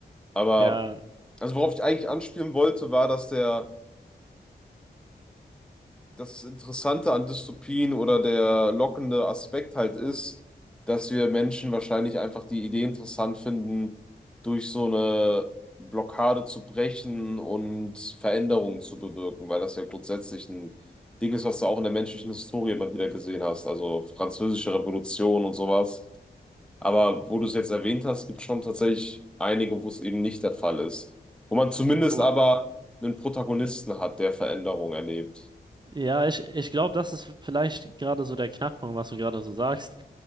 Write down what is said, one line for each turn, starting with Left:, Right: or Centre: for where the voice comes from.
Centre: aber,
Right: Ja,
Centre: also worauf ich eigentlich anspielen wollte, war, dass der das Interessante an Dystopien oder der lockende Aspekt halt ist, dass wir Menschen wahrscheinlich einfach die Idee interessant finden, durch so eine Blockade zu brechen und Veränderungen zu bewirken, weil das ja grundsätzlich ein Ding ist, was du auch in der menschlichen Historie immer wieder gesehen hast, also Französische Revolution und sowas. Aber wo du es jetzt erwähnt hast, gibt es schon tatsächlich einige, wo es eben nicht der Fall ist. Wo man zumindest
Right: oh.
Centre: aber einen Protagonisten hat, der Veränderungen erlebt.
Right: Ja, ich, ich glaube, das ist vielleicht gerade so der Knackpunkt, was du gerade so sagst.